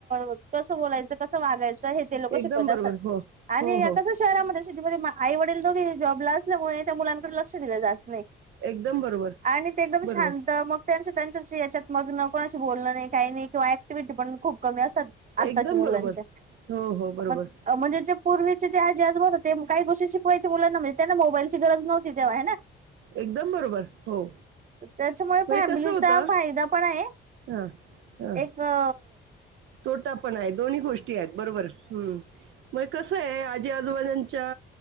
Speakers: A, on the right; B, on the right.
A: ऽ कसं बोलायचं कस वागायचं हे ते लोक
B: एकदम
A: शिकवत
B: बरोबर.
A: असतात.
B: हो.
A: आणि
B: हो, हो.
A: या कस शहरामध्ये शेटीमध्ये आई वडील दोघेही जॉबला असल्यामुळे त्या मुलांकडे लक्ष दिलं जात नाही.
B: एकदम बरोबर.
A: आणि ते एकदम शांत
B: बरोबर.
A: मग त्यांच्या - त्यांच्यात याच्यात मग्न कोणाशी बोलणं नाही काही नाही. किंवा ऍक्टिव्हटी पण खूप कमी असतात. आत्ताच्या
B: एकदम
A: मुलांच्या
B: बरोबर. हो, हो. बरोबर.
A: आपण म्हणजे जे पूर्वीचे जे आहे जेज हो ते काही गोष्टी शिकवायचे मुलांना म्हणजे त्यांना मोबाईलची गरज नव्हती तेव्हा हाय ना?
B: एकदम बरोबर हो.
A: त्याच्यामुळे
B: म्हणजे
A: फॅमिलीचा
B: कसं होतं
A: फायदा पण आहे
B: हां, हां.
A: एक अ
B: तोटा पण आहे. दोन्ही गोष्टी आहेत बरोबर. हम्म. मग कसं आहे आजी आजोबाजांच्या